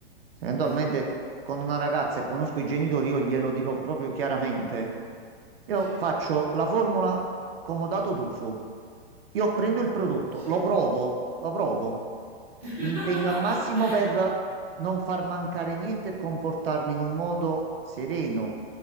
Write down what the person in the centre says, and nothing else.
sì,
sì,
sì.
<laughs>